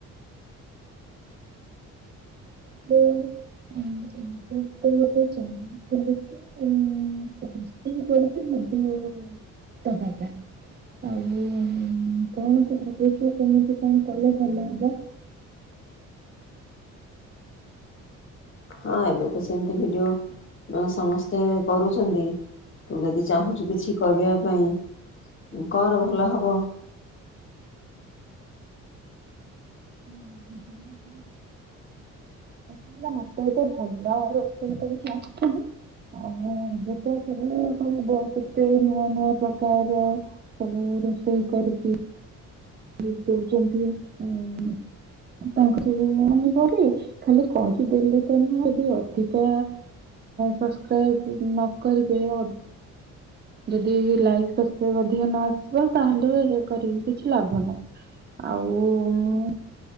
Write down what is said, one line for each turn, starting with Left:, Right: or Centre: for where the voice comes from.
Right: ହୁଁ ଗୋଟେ ଚା ଥିଲେ କିେଇ କରିବି ମଧ୍ୟ ଦେବା ପାଇଁ ଆଉ କଣ ଭଛ କେମିତି କଣ କଲେ ଭଲ ହବ
Left: ହଁ ଏବେ ତ ସେମିତି ଭିଡିଓ ସମସ୍ତେ କରୁଛନ୍ତି ତୁ ଯଦି ଚାହୁଁଛୁ କିଛି କରିବା ପାଇଁ କର ଭଲ ହବ
Right: ହୁଁ ହୁଁ ହୁଁ ହୁଁ ହେଲା ମତେ ଏତେ ଭଲ ରୋଷେଇ କରୁଛି ଆସେନି। ଆଉ ଏବେ ତ ସବୁ କେତେ ନୂଆ ନୂଆ ପ୍ରକାରର ସବୁ ରୋଷେଇ କରୁଛି। <unintelligible> ତାଙ୍କୂ ସବୁ କରି ଖାଲି କହିଦେଲେ। ତେଣୁ ଯଦି ଅଧିକା ସବସ୍କ୍ରାଇବ ନ କରିବେ ଅ ଯଦି ଲାଇକ୍କ୍ରାଇବ ଅଧିକ ନ ଆସିବ। ତାହେଲେ କରିକି କିଛି ଲାଭ ଭଲ ଆଉ ମୁଁ।